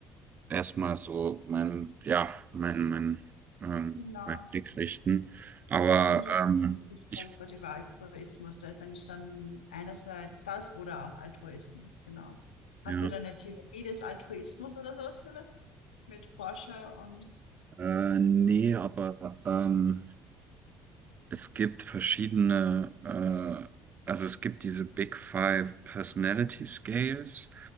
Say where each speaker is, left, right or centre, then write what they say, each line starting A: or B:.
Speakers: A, on the right; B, on the left.
A: erstmal so mein, ja, mein, mein, ähm,
B: genau.
A: mein Blick richten. Aber
B: Da bin ich
A: ähm,
B: auch gestolpert
A: ich,
B: über den Altruismus. Da ist dann gestanden, einerseits das oder auch Altruismus, genau. Hast
A: ja,
B: du da eine Theorie des Altruismus oder sowas für mich? Mit Forscher und.
A: äh, nee, aber ähm, Es gibt verschiedene, äh, also es gibt diese Big Five Personality Scales.